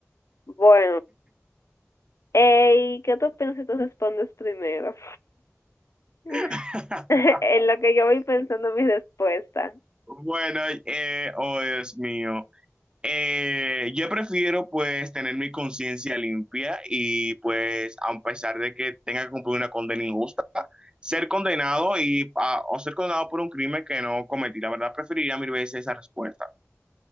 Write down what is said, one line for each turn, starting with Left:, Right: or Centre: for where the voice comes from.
Left: Bueno, ey, ¿qué tú piensas si tú respondes primero? <laughs>
Right: <laughs>
Left: En lo que yo voy pensando mi respuesta.
Right: Bueno, eh, oh Dios mío. Eh, yo prefiero pues tener mi conciencia limpia y pues a pesar de que tenga que cumplir una condena injusta, ser condenado y a- o ser condenado por un crimen que no cometí. La verdad preferiría mil veces esa respuesta.